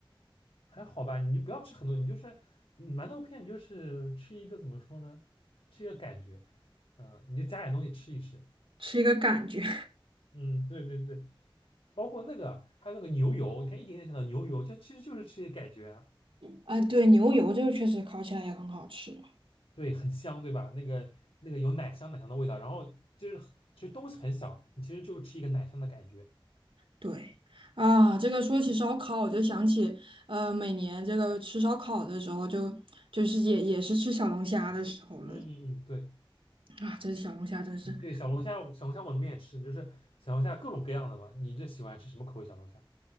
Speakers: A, on the left; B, on the right.
A: 还好吧，你就不要吃很多，你就是嗯馒头片，你就是吃一个怎么说呢？吃一个感觉，嗯、你就加点东西吃一吃。
B: 吃一个感觉。
A: 嗯，对对对，包括那个还有那个牛油，你看一点点想到牛油，就其实就是吃一个感觉啊，
B: <laughs> 哎，对，牛油这个确实烤起来也很好吃。
A: 对，很香，对吧？那个那个有奶香奶香的味道，然后就是其实东西很小，你其实就吃一个奶香的感觉。
B: 对啊，这个说起烧烤，我就想起，呃，每年这个吃烧烤的时候就，就是也也是吃小龙虾的时候了
A: 嗯嗯嗯，嗯对
B: 啊，这是小龙虾真是。
A: 对，小龙虾，小龙虾我们也吃，就是小龙虾各种各样的吧。你这喜欢吃什么口味小龙虾？